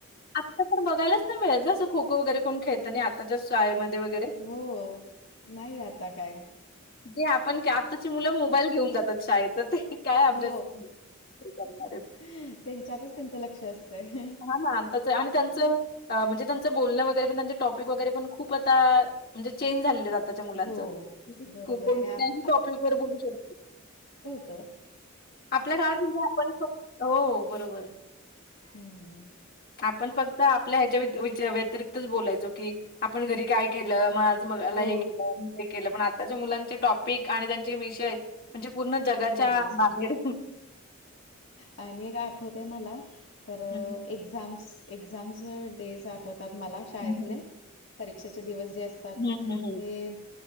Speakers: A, on the left; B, on the left.
A: आता पण बघायलाच नाही मिळत जस खो खो वगैरे कोण खेळताना नाही. असतात शाळेत मध्ये वगैरे
B: हो. नाही आता काय.
A: ते आपण काय आताची मुलं मोबाईल घेऊन जातात शाळेत ते काय अभ्यास
B: हो.
A: करणारे.
B: त्यांच्यातच त्यांचं लक्ष असतंय.
A: हा ना आताच आणि त्यांचं म्हणजे त्यांचं बोलणं वगैरे पण त्यांच टॉपिक वगैरे पण खूप आता म्हणजे चेंज झाल्याल आाताच्या मुलांच
B: हो, बरोबर
A: कोणत्याही
B: आहे आणि आप
A: टॉपिक वर बोलू शकतो.
B: तर
A: आपल्या काळातसुद्धा आपणत हो बरोबर.
B: हम्म!
A: आपण फक्त आपल्या ह्याच्या व्यति व्यच व्यतिरिक्तच बोलायचो की आपण घरी काय केलं मग आज बघायला
B: हो,
A: हे केल ते केल पण आताच्या मुलांचे टॉपिक आणि त्यांचे विषय म्हणजे पूर्ण जगाच्या
B: वेगळंच
A: बाहेर
B: आहे. आणि एक आठवते मला तर
A: हं,
B: एक्झाम्स एक्झाम्स डेज आठवतात मला शाळेतले
A: हं,
B: परीक्षेचे दिवस जे अस तर
A: हं, हं, हं.
B: ते